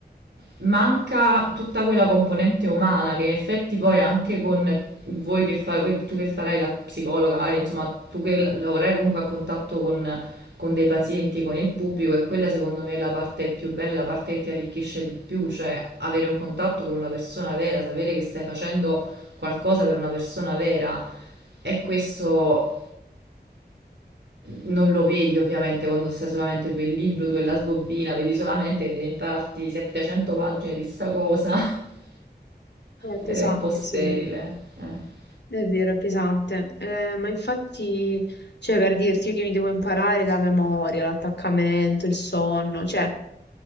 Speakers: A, on the right; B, on the left.
A: manca tutta quella componente umana che in effetti poi anche con voi che fa, voi- tu che farai la psicologa, magari insomma tu che l- lavorerai comunque a contatto con, con dei pazienti, con il pubblico e quella secondo me è la parte più bella, la parte che ti arricchisce di più, cioè avere un contatto con una persona vera, sapere che stai facendo qualcosa per una persona vera e questo non lo vedi ovviamente quando stai solamente tu e il libro, tu e la sbobbina, vedi solamente che devi impararti 700 pagine di sta cosa <laughs> ed
B: pesante,
A: è un po' sterile.
B: sì.
A: eh.
B: È vero, è pesante. Eh, ma infatti, cioè, per dirti, io che mi devo imparare la memoria, l'attaccamento, il sonno, cioè,